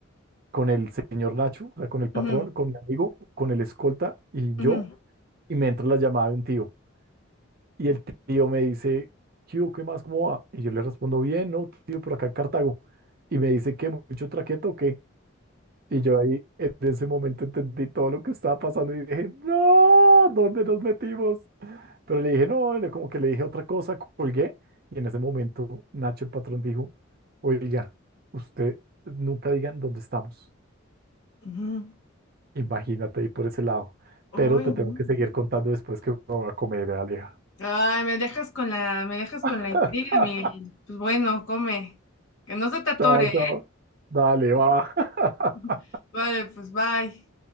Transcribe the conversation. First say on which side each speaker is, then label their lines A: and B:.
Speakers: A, on the right; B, on the left.
A: con el señor Nacho, o sea, con el patrón,
B: ujú.
A: con mi amigo, con el escolta y
B: Ujú,
A: yo, y me entra la llamada de un tío. Y el tío me dice, ¿qué hubo? ¿Qué más? ¿Cómo va? Y yo le respondo, bien, no, tío, por acá en Cartago. Y me dice, ¿qué? ¿Mucho traqueto o qué? Y yo ahí, en ese momento, entendí todo lo que estaba pasando y dije, no, ¿dónde nos metimos? Pero le dije, no, le- como que le dije otra cosa, colgué. Y en ese momento, Nacho, el patrón, dijo, oiga, usted nunca digan dónde estamos.
B: ujú.
A: Imagínate ahí por ese lado.
B: Ay,
A: Pero te tengo
B: no.
A: que seguir contando después que me voy a comer, Aleja.
B: Ay, me dejas con la, me dejas
A: <laughs>
B: con la intriga, Miguel. Pues bueno, come. Que no se te atore,
A: Chao,
B: ¿eh?
A: chao. Dale, va.
B: <laughs>
A: <laughs>
B: Vale, pues bye.